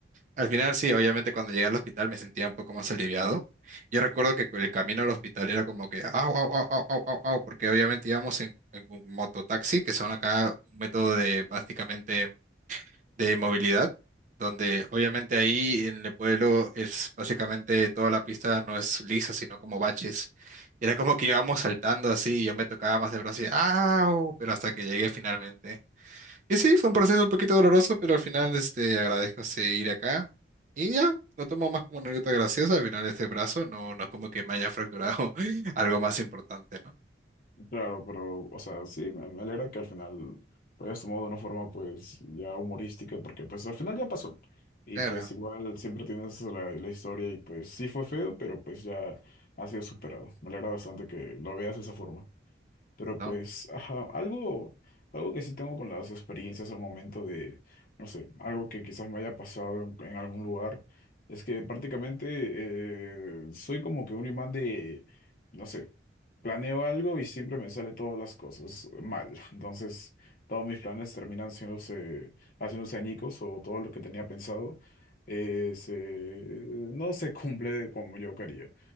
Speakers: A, on the right; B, on the left.
A: al final sí, obviamente cuando llegué al hospital me sentía un poco más aliviado. Yo recuerdo que el camino al hospital era como que, au, au, au, au, au, au, au", porque obviamente íbamos en, en un mototaxi, que son acá un método de básicamente de movilidad, donde obviamente ahí en el pueblo es básicamente toda la pista no es lisa, sino como baches. Y era como que íbamos saltando así, y yo me tocaba más de brazo y, au, pero hasta que llegué finalmente. Y sí, fue un proceso un poquito doloroso, pero al final este, agradezco seguir acá. Y ya, lo tomo más como una anécdota graciosa. Al final este brazo no, no es como que me haya fracturado <laughs> algo más importante, ¿no?
B: Claro, pero, o sea, sí, me, me alegra que al final lo hayas tomado de una forma, pues, ya humorística, porque, pues, al final ya pasó. Y,
A: Claro,
B: pues, igual siempre tienes la, la historia y, pues, sí fue feo, pero, pues, ya ha sido superado. Me alegra bastante que lo veas de esa forma. Pero
A: no.
B: pues, ajá, algo, algo que sí tengo con las experiencias al momento de, no sé, algo que quizás me haya pasado en, en algún lugar, es que prácticamente eh, soy como que un imán de, no sé, planeo algo y siempre me sale todas las cosas mal. <laughs> Entonces, todos mis planes terminan haciéndose, haciéndose añicos o todo lo que tenía pensado eh, se- no se <laughs> cumple como yo quería.